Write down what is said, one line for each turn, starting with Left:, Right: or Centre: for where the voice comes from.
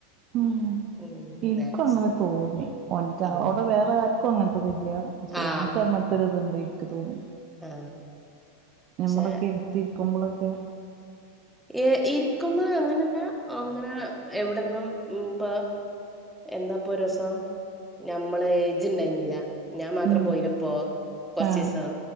Right: ഉം
Centre: ഉം
Right: ഇൻക്കും
Centre: നേഴ്സ്
Right: അങ്ങനെ തോന്നി ഓൻക്ക് അവിടെ
Centre: ഉം
Right: വേറെ ആരോ ൻക്ക് അങ്ങൻത്തെത് ഇല്ല പക്ഷെ
Centre: ആ
Right: ഓൻക്ക് അങ്ങൻത്തെ ഒരു ഇത്ണ്ട് ഇക്ക് തോന്നി
Centre: ആ പക്ഷെ
Right: ഞമ്മള് ക്കെരിതിക്കുമ്പളൊക്കെ
Centre: ഏഹ് ഇരിക്കുമ്പോ അങ്ങനെല്ല അങ്ങനെ എവിട്ന്നും ഇപ്പ എന്നാപ്പൊ ഒരീസം ഞമ്മള് ഇജ്ജ് ഇണ്ടായിരിന്നില്ല ഞാൻ മാത്രം
Right: ഉം
Centre: പോയിലപ്പോ കൊർച്ചീസം
Right: ആഹ്